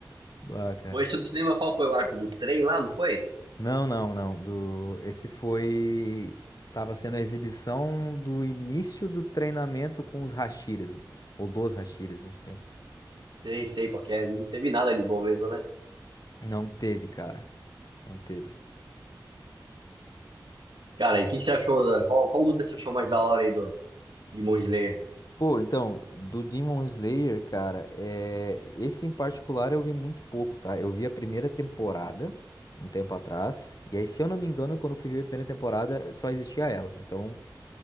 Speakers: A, on the left; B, on the right.
A: Ah, cara.
B: Foi esse do cinema, qual foi o arco do trem lá, não foi?
A: Não, não, não. Do... Esse foi. Tava sendo a exibição do início do treinamento com os Hashiras. Ou dos Hashiras, acho que é.
B: Sei, sei qual que é. Não teve nada de bom mesmo, né?
A: Não teve, cara. Não teve.
B: Cara, e o que você achou? Da, qual, qual luta você achou mais da hora aí do, Demon Slayer.
A: Pô, então, do Demon Slayer, cara, é... esse em particular eu vi muito pouco, tá? Eu vi a primeira temporada, um tempo atrás. E aí, se eu não me engano, quando eu fui ver a primeira temporada, só existia ela. Então.